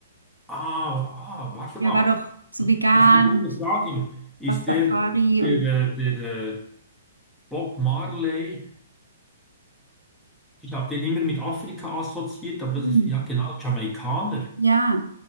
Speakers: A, in the centre; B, on the right.
A: ah, ah, warte
B: Der
A: mal.
B: war doch so vegan
A: Das ist eine gute
B: und
A: Frage. Ist
B: Rastafari
A: der, der,
B: und
A: äh, der äh, Bob Marley, ich habe den immer mit Afrika assoziiert, aber
B: hm,
A: das ist, ja genau, Jamaikaner.
B: ja.